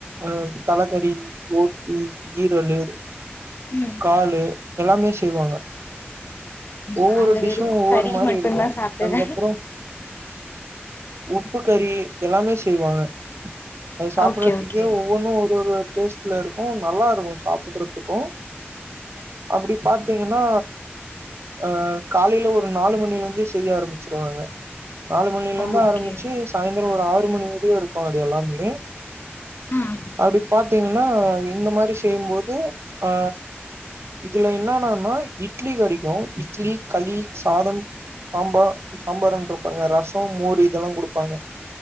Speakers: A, on the right (about 85°); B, on the left (about 55°).
A: அ தலக்கறி போட்டி ஈரலு
B: ம்
A: காலு எல்லாமே செய்வாங்க ஒவ்வொரு
B: நாங்க
A: டிஷ்ஷும்
B: வெறு
A: ஒவ்வொரு
B: கறி
A: மாறி
B: மட்டுந்தா
A: இருக்கும்
B: சாப்டுவே
A: அதுக்கபுறம் உப்பு கறி எல்லாமே செய்வாங்க அது சாப்பிடுறதுக்கே
B: ஓகே ஓகே
A: ஒவ்வொன்னு ஒரு ஒரு டேஸ்ட்ல இருக்கும் நல்லா இருக்கும் சாப்பிடுறதுக்கும் அப்படி பாத்தீங்கன்னா அ காலையில ஒரு நாலு மணில இருந்தே செய்ய ஆரம்பிச்சிருவாங்க நாலு மணில இருந்து
B: ஓகே
A: ஆரம்பிச்சி சாயந்திரோ ஒரு ஆறு மணி வரையு இருக்கோ அது எல்லாமே
B: ம்
A: அப்படி பாத் த்தீங்கன்னா இந்த மாறி செய்யும்போது ஆ இதுல என்னனன்னா இட்லி கிடைக்கு இட்லி களி சாதம் சாம்பா சாம்பாருன்ர பாருங்க ரசோ மோர் இதெல்லா குடுப்பாங்க